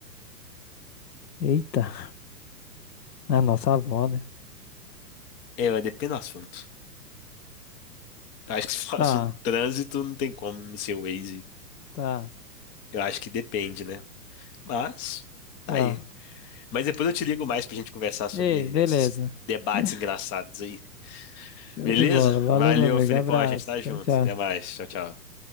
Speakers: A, on the left; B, on the left.
A: Eita. A nossa avó, né?
B: É, ela depende do assunto. Eu acho que <laughs> se for
A: Tá,
B: assunto de trânsito, não tem como não ser o Waze.
A: tá,
B: Eu acho que depende, né? Mas, tá
A: tá.
B: aí. Mas depois eu te ligo mais pra gente conversar sobre
A: Ei, beleza.
B: esses debates
A: <laughs>
B: engraçados aí.
A: Show
B: Beleza?
A: de bola. Valeu,
B: Valeu,
A: meu amigo.
B: Felipão.
A: Abraço.
B: A gente tá
A: Tchau,
B: junto.
A: tchau.
B: Até mais. Tchau, tchau.